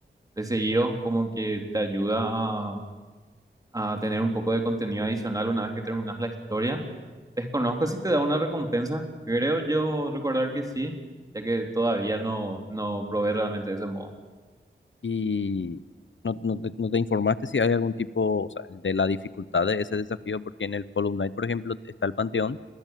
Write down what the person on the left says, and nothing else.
Y no, no te, no te informaste si hay algún tipo, o sea, de la dificultad de ese desafío, porque en el Hollow Knight, por ejemplo, está el Panteón.